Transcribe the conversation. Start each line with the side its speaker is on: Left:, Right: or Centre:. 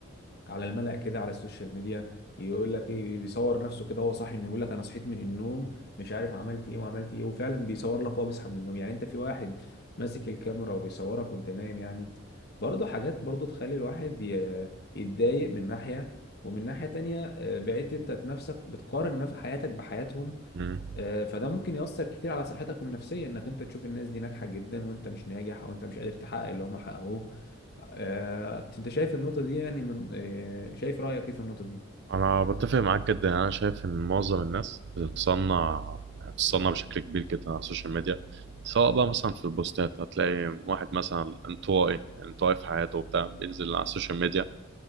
Left: على الملأ كده على السوشيال ميديا يقول لك ايه بيصور نفسه كده وهو صاحي من يقول لك انا صحيت من النوم مش عارف عملت ايه وعملت ايه وفعلا بيصور لك وهو بيصحى من النوم يعني انت في واحد ماسك الكاميرا وبيصورك وانت نايم يعني برضه حاجات برضه تخلي الواحد ي- يتضايق من ناحية ومن ناحية تانية آه، بقيت انت نفسك بتقارن نف- حياتك بحياتهم
Right: مم.
Left: آه، فده ممكن يأثر كتير على صحتك النفسية انك انت تشوف الناس دي ناجحة جدا وانت مش ناجح او انت مش قادر تحقق اللي هم حققوه آه، انت شايف النقطة دي يعني من آه، شايف رأيك ايه في النقطة دي؟
Right: انا بتفق معاك جدا يعني انا شايف ان معظم الناس بتتصنع يعني بتتصنع بشكل كبير جدا على السوشيال ميديا سواء بقى مثلا في البوستات هتلاقي واحد مثلا انطوائي انطوائي في حياته وبتاع بينزل على السوشيال ميديا